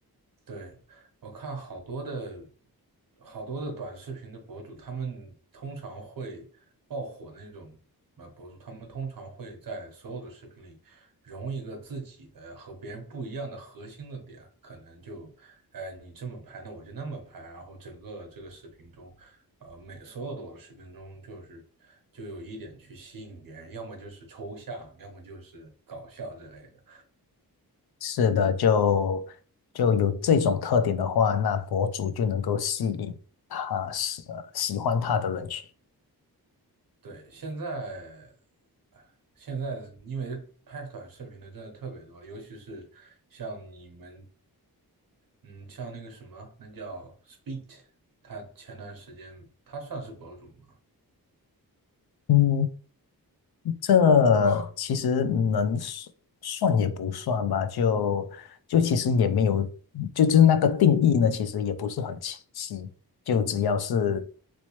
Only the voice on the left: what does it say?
是的，就就有这种特点的话，那博主就能够吸引他喜呃喜欢他的人群。
嗯，这其实能算算也不算吧，就就其实也没有，就就是那个定义呢，其实也不是很清晰。就只要是，